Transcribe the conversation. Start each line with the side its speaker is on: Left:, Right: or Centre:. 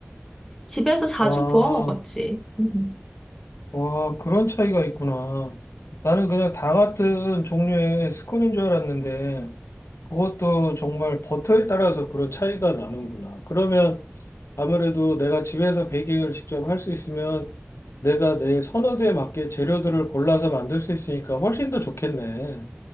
Centre: 집에서 자주
Left: 와,
Centre: 구워 먹었지. 음.
Left: 와, 그런 차이가 있구나. 나는 그냥 다 같은 종류의 스콘인 줄 알았는데 그것도 정말 버터에 따라서 그런 차이가 나는구나. 그러면 아무래도 내가 집에서 베이킹을 직접 할 수 있으면 내가 내 선호도에 맞게 재료들을 골라서 만들 수 있으니까 훨씬 더 좋겠네.